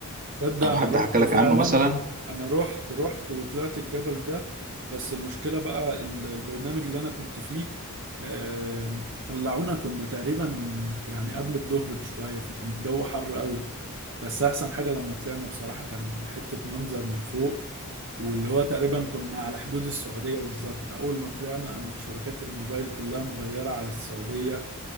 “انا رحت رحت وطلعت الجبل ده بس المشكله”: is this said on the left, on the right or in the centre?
Right